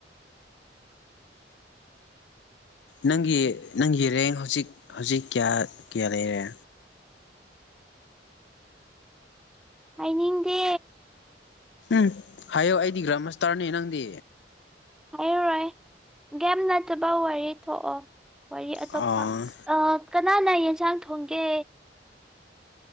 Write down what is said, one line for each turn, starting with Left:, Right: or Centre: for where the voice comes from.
Left: ꯅꯪꯒꯤ ꯅꯪꯒꯤ ꯔꯦꯡ ꯍꯧꯖꯤꯛ ꯍꯧꯖꯤꯛ ꯀꯌꯥ ꯀꯌꯥ ꯂꯩꯔꯦ
Centre: ꯍꯥꯏꯅꯤꯡꯗꯦ
Left: ꯎꯝ ꯍꯥꯏꯌꯣ ꯑꯩꯗꯤ ꯒ꯭ꯔꯥꯟꯃꯁꯇꯔꯅꯦ ꯅꯪꯗꯤ
Centre: ꯍꯥꯏꯔꯔꯣꯏ ꯒꯦꯝ ꯅꯠꯇꯕ ꯋꯥꯔꯤ ꯊꯣꯛꯑꯣ ꯋꯥꯔꯤ ꯑꯇꯣꯞꯄ
Left: ꯑꯣ
Centre: ꯑ ꯀꯅꯥꯅ ꯌꯦꯟꯁꯥꯡ ꯊꯣꯡꯒꯦ